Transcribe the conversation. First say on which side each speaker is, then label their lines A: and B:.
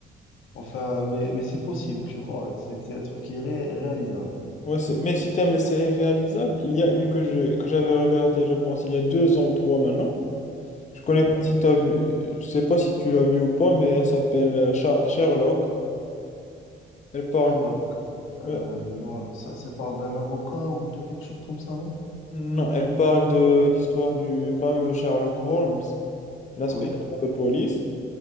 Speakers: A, on the left; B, on the left.
A: Enfin, mais, mais c'est possible, tu vois. C'est c'est un truc irré- réalisable.
B: Ouais, c'est- mais si tu aimes les séries réalisables, il y a une que je, que j'avais regardée, je pense, il y a deux ans ou trois maintenant. Je connais
A: Oui.
B: pas si t'as vu, je sais pas si tu l'as vu ou pas, mais elle s'appelle euh, Sher- Sherlock. Elle parle,
A: Sherlock, euh,
B: ouais,
A: non, ça, c'est parle d'un avocat ou de quelque chose comme ça, non?
B: non, elle parle de l'histoire du fameux Sherlock Holmes, l'inspecteur
A: Oui,
B: de police.